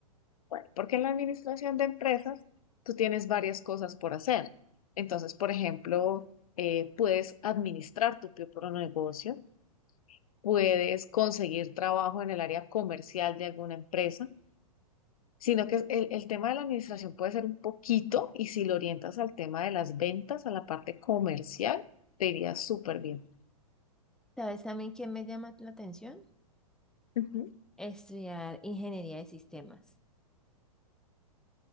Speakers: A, on the left; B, in the centre.
A: Bueno, porque en la administración de empresas tú tienes varias cosas por hacer. Entonces, por ejemplo, eh, puedes administrar tu propio negocio, puedes conseguir trabajo en el área comercial de alguna empresa, sino que el, el tema de la administración puede ser un poquito y si lo orientas al tema de las ventas, a la parte comercial, te iría súper bien.
B: ¿Sabes también quién me llama la atención?
A: Ujú.
B: Estudiar ingeniería de sistemas.